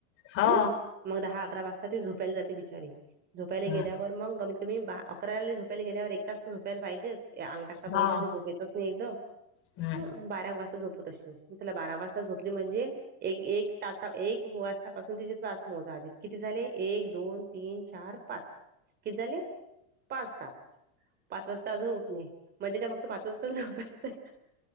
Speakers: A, on the left; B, on the right.
A: हा.
B: हम् मग दहा अकरा वाजता झोपायला जाते बिचारी झोपायला
A: हम्म
B: गेल्यावर मग कमीत कमी बा अकराला झोपायला गेल्यावर एक तास झोपायला पाहिजेच. अंग टाकता बरोबर
A: हो
B: त का झोप येतच नाही एकद ह
A: हम्म
B: <unintelligible> <unintelligible> <unintelligible> बारा वाजता झोपत तशी चला बारा वाजता झोपली म्हणजे. <unintelligible> एक एक तास एक वाजतापासून तिचे तास मोजाजे किती झाले एक दोन तीन चार पाच किती झाले पाच तास पाच वाजता अजून उठणे म्हणजे काय फक्त पाचच तस झोपायचं का <unintelligible>